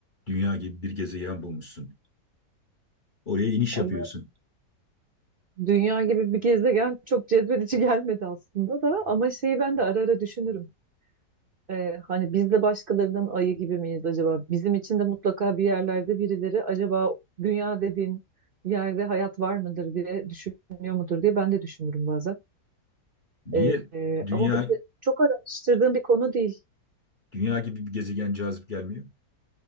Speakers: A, on the left; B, on the right.
A: Dünya gibi bir gezegen bulmuşsun. Oraya iniş
B: Vallahi
A: yapıyorsun.
B: dünya gibi bir gezegen çok cezbedici <laughs> gelmedi aslında da ama şeyi ben de ara ara düşünürüm. Ee, hani biz de başkalarının ayı gibi miyiz acaba? Bizim için de mutlaka bir yerlerde birileri acaba dünya dediğin yerde hayat var mıdır diye düşünüyor mudur diye ben de düşünürüm bazen.
A: Niye
B: Ee, e,
A: dünya
B: ama ben de çok araştırdığım bir konu değil.
A: dünya gibi bir gezegen cazip gelmiyor?